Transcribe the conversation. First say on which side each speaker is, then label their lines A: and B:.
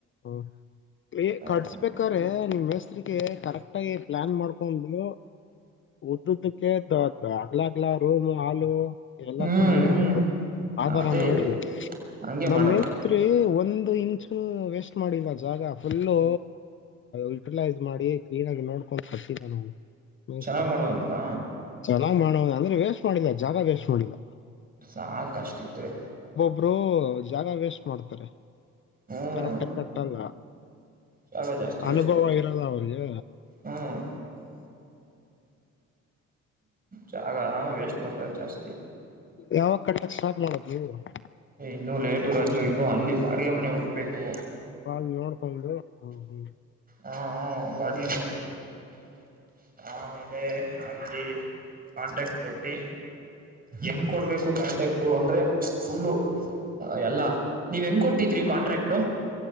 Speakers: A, on the left; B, on the right.
A: ಹ್ಮ
B: ನೋಡಿ
A: ಕಟ್ಸ್ಬೇಕ್ರೆ ನಿಮ್ಮ್ ಹೆಸ್ರಿಗೆ ಕರೆಕ್ಟ್ ಆಗಿ ಪ್ಲಾನ್ ಮಾಡ್ಕೊಂಡು ಉದ್ದದ್ದಕ್ಕೆ ದ್ದ ಅಲ್ಲಾಗಲ್ಲ ರೋಮ ಹಲು ಇದೆಲ್ಲಾ
B: ಹ್ಮ್
A: ಚೆನ್ನಾಗಿರ್ಬೇಕು
B: ಹ್ಮ್
A: ಆತಾರ
B: ಅದೇ
A: ಮಾಡ್ರಿ
B: ಹಂಗೆ
A: ನಮ್ಮೇಸ್ತ್ರಿ
B: ಮಾಡೋದು
A: ಒಂದು ಒಂದು ಇಂಚು ವೆಸ್ ಮಾಡಿಲ್ಲ ಜಾಗ ಫುಲ್ಲು ಯುಟಿಲೈಸ್ ಮಾಡಿ ಕ್ಲೀನ್ ಆಗಿ ನೋಡ್ಕೊಂಡ್ ಕಟ್ಟಿದ್ದ ನಾವು. ಮತ
B: ಚೆನ್ನಾಗ್ ಮಾಡೋನಲ್ಲ
A: ಚ. <unintelligible> ನ ಮಾಡೋ ಅಂದ್ರೆ ವೇಸ್ಟ್ ಮಾಡಿಲ್ಲ ಜಾಗ ವೇಸ್ಟ್ ಮಾಡಿಲ್ಲ.
B: ಸಾಕು ಅಷ್ಟಿದ್ರೆ
A: ಒಬ್ಬರು ಜಾಗ ವೇಸ್ಟ್ ಮಾಡ್ತಾರೆ.
B: ಹ್ಮ್
A: ಕರೆಕ್ಟ್ ಕಟ್ಟ ಕಟ್ಟಲ್ಲ
B: ಜಾಗ ಜಾಸ್ತಿ
A: ಅನುಭವ
B: ವೇಸ್ಟ್ ಮಾಡ್ತಾರೆ
A: ಇರಲ್ಲ ಅವ್ರಿಗೆ.
B: ಹ್ಮ್ ಜಾಗ ಹ ವೇಸ್ಟ್ ಮಾಡ್ತಾರೆ ಜಾಸ್ತಿ
A: ಯಾವ ಕಡೆ ಸ್ಟಾರ್ಟ್ <unintelligible>
B: ಇ ಲೇಟು ರಷ್ಟು ಇನ್ನುೂ ಅಲ್ಲಿ ಬಾಡಿಗೆ ಮನೆ ಹುಡುಕ್ಬೇಕುೋು
A: ಬಾಳ ನೋಡ್ಕೊಂಡು ಹ್ಮ್ ಹ್ಮ್
B: ಹ ಬಾಡಿಗೆ ಮನೆ ಹುಡುಕಿ ಆಮೇಲೆ ಲ್ಲಿ <unintelligible> ಕಾಂಟ್ಯಾಕ್ಟ್ ಕೊಟ್ಟಿ ಹೆಂಗ್ ಕೊಡ್ಬೇಕು ಕಾಂಟ್ಯಾಕ್ಟ್ ಅಂದ್ರೆ ಫುಲ್ಲು ಎಲ್ಲಾ ನೀವ್ ಹೆಂಗ್ ಕೊಟ್ಟಿದ್ರಿ ಕಾಂಟ್ರಾಕ್ಟ್